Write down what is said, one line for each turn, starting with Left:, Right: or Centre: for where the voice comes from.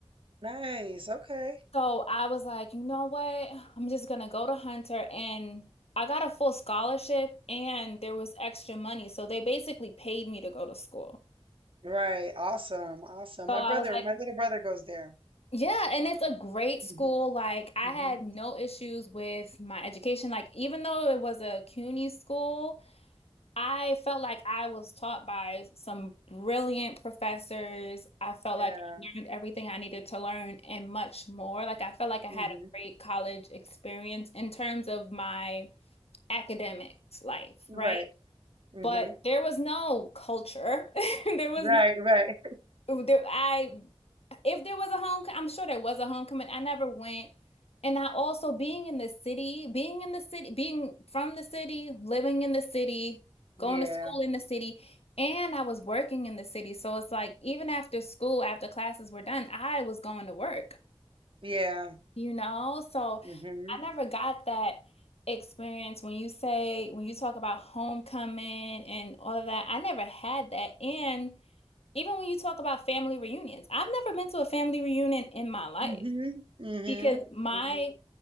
Right: nice okay
Left: So I was like, you know what? I'm just gonna go to Hunter and I got a full scholarship and there was extra money. So they basically paid me to go to school.
Right: right awesome awesome
Left: So
Right: my
Left: I
Right: brother
Left: was like,
Right: my little brother goes there
Left: Yeah, and it's a great school.
Right: hmm
Left: Like I had
Right: hmm
Left: no issues with my education. Like even though it was a CUNY school, I felt like I was taught by some brilliant professors. I felt
Right: yeah
Left: like I learned everything I needed to learn and much more. Like I felt like I
Right: hmm
Left: had a great college experience in terms of my academics life,
Right: right
Left: right? Right.
Right: hmm
Left: But there was no culture. <laughs> There was
Right: Right, right.
Left: there, I if there was a home, I'm sure there was a homecoming. I never went. And I also being in the city, being in the city, being from the city, living in the city, going
Right: Yeah.
Left: to school in the city, and I was working in the city. So it's like even after school, after classes were done, I was going to work,
Right: Yeah.
Left: you know? So
Right: Mhm.
Left: I never got that experience when you say, when you talk about homecoming and all of that, I never had that. And even when you talk about family reunions, I've never been to a family reunion in my life
Right: Mhm. Mhm.
Left: because my
Right: Mhm.